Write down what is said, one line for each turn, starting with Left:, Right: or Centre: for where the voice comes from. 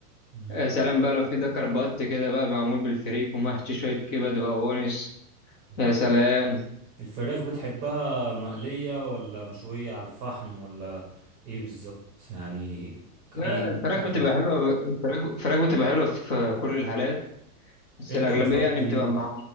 Right: مم.
Left: يا سلام بقى لو في دكر بط كده بقى معمول بالفريك ومحشي شوية كبد وقوانص
Right: مم.
Left: يا سلام
Right: الفراخ بتحبها مقلية ولا مشوية على الفحم ولا ايه بالظبط يعني ايه
Left: لا، الفراخ
Right: أكلك
Left: بتبقى حلوة الفراخ الفراخ بتبقى حلوة في كل الحالات بس
Right: انت
Left: الأغلبية
Right: بتفضل
Left: يعني بتبقى
Right: ايه
Left: مع-